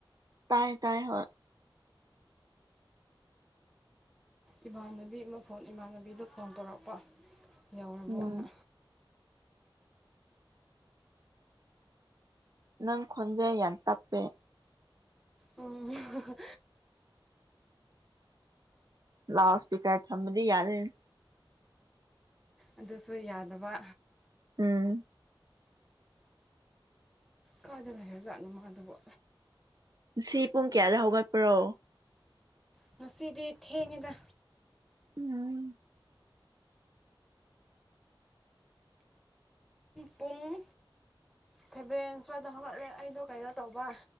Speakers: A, on the right (about 45°); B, in the centre.
A: ꯇꯥꯏ ꯇꯥꯏ ꯍ
B: ꯏꯃꯥꯟꯅꯕꯤ ꯑꯃ ꯐꯣꯟ ꯏꯃꯥꯟꯅꯕꯤꯗ ꯐꯣꯟ ꯇꯧꯔꯛꯄ ꯌꯥꯎꯔꯕ
A: ꯎꯝ
B: ꯑꯣꯏꯅ
A: ꯅꯪ ꯈꯣꯟꯖꯩ ꯌꯥꯟ ꯇꯞꯄꯦ
B: ꯎꯝ
A: ꯂꯥꯎꯗ ꯁꯄꯤꯀꯔ ꯊꯝꯕꯗꯤ ꯌꯥꯗ
B: ꯑꯗꯨꯁꯨ ꯌꯥꯗꯕ
A: ꯎꯝ
B: ꯀꯥꯗ ꯂꯩꯔ ꯖꯥꯠꯅꯤ ꯃꯥꯗꯨꯕꯣ
A: ꯁꯤ ꯄꯨꯡ ꯀꯌꯥꯗ ꯍꯧꯒꯠꯄ꯭ꯔꯣ
B: ꯉꯁꯤꯗꯤ ꯊꯦꯡꯑꯦꯗ
A: ꯎꯝ
B: ꯄꯨꯡ ꯁꯚꯦꯟ ꯁ꯭ꯋꯥꯏꯗ ꯍꯧꯒꯠꯂꯦ ꯑꯩꯗꯣ ꯀꯩꯅꯣ ꯇꯧꯕ